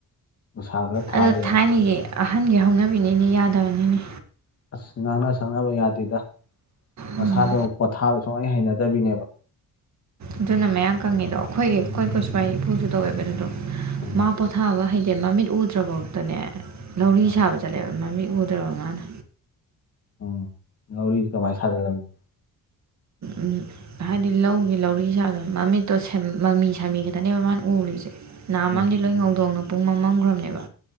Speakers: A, on the left; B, on the right.
A: ꯎꯁꯥ ꯈꯔ ꯊꯥ
B: ꯑꯗꯣ
A: ꯂꯩꯔꯝꯃꯤ
B: ꯊꯥꯏꯅꯒꯤ ꯑꯍꯟꯒꯤ ꯍꯧꯅꯕꯤꯅꯤꯅꯦ ꯌꯥꯗꯕꯅꯤꯅꯦ
A: ꯑꯁ ꯉꯥꯡꯅ ꯁꯛꯅꯕ ꯌꯥꯗꯦꯗ ꯃꯁꯥꯗꯣ
B: ꯎꯝ
A: ꯄꯣꯊꯥꯕ ꯁꯨꯡꯍꯩ ꯍꯩꯅꯗꯕꯤꯅꯦꯕ
B: ꯑꯗꯨꯅ ꯃꯌꯥꯡ ꯀꯪꯉꯤꯗꯣ ꯑꯩꯈꯣꯏꯒꯤ ꯀꯣꯏ ꯀꯨꯁꯄ ꯏꯄꯨꯁꯨ ꯇꯧꯋꯦꯕ ꯑꯗꯨꯗꯣ
A: ꯎꯝ
B: ꯃꯥ ꯄꯣꯊꯥꯕ ꯍꯥꯏꯇꯦ ꯃꯃꯤꯠ ꯎꯗ꯭ꯔꯐꯥꯎꯗꯅꯦ ꯂꯧꯔꯤ
A: ꯑ
B: ꯁꯥꯕ ꯆꯠꯂꯦꯕ ꯃꯃꯤꯠ ꯎꯗ꯭ꯔꯕ ꯃꯥꯥꯅ
A: ꯎꯝ ꯉꯧꯔꯤꯗꯤ ꯀꯃꯥꯏꯅ ꯁꯥꯖꯤꯜꯂꯝꯃꯤꯣ
B: ꯎꯝ ꯍꯥꯏꯗꯤ ꯂꯧꯒꯤ ꯂꯧꯔꯤ ꯁꯥꯥꯗꯣ ꯃꯃꯤꯠꯇꯣ ꯃꯃꯤ ꯁꯥꯃꯤ ꯈꯛꯇꯅꯦꯕ ꯃꯥꯅ ꯎꯔꯤꯁꯦ ꯅꯝꯃ
A: ꯎꯝ
B: ꯑꯃꯗꯤ ꯂꯣꯏ ꯉꯧꯗꯣꯡꯅ ꯄꯨꯡ ꯃꯝꯃꯝꯈ꯭ꯔꯕꯅꯦꯕ